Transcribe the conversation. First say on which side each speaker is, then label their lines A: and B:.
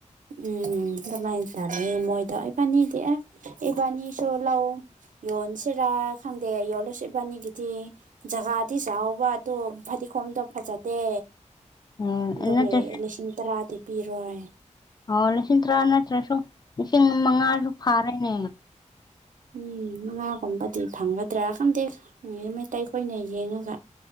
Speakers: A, on the right; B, on the left.
A: ꯎꯝ ꯑꯗꯨꯃꯥꯏ ꯇꯥꯗ꯭ꯔꯦ ꯃꯣꯏꯗꯣ ꯏꯕꯥꯅꯤꯗꯤ ꯑ ꯏꯕꯥꯅꯤꯁꯨ ꯂꯧ ꯌꯣꯟꯁꯤꯔꯥ ꯈꯪꯗꯦ ꯌꯣꯜꯂꯁꯨ ꯏꯕꯥꯅꯤꯒꯤꯗꯤ ꯖꯒꯥꯗꯤ ꯆꯥꯎꯕ ꯑꯗꯨ ꯐꯗꯤꯈꯣꯝꯗꯣ ꯐꯖꯗꯦ
B: ꯅꯨꯡꯉꯥꯏꯅꯦ
A: ꯑꯗꯨꯒꯤ
B: ꯅꯠꯇ꯭ꯔꯁꯨ
A: ꯂꯤꯁꯤꯡ ꯇꯔꯥꯗꯤ ꯄꯤꯔꯣꯏ
B: ꯑꯣ ꯂꯤꯁꯤꯡ ꯇꯔꯥ ꯅꯠꯇ꯭ꯔꯁꯨ ꯂꯤꯁꯤꯡ ꯃꯉꯥꯁꯨ ꯐꯥꯔꯦꯅꯦ
A: ꯎꯝ ꯃꯃꯥꯒꯨꯝꯕꯗꯤ ꯐꯪꯒꯗ꯭ꯔꯥ ꯈꯪꯗꯦ ꯃꯩꯇꯩꯈꯣꯏꯅ ꯌꯦꯡꯉꯒ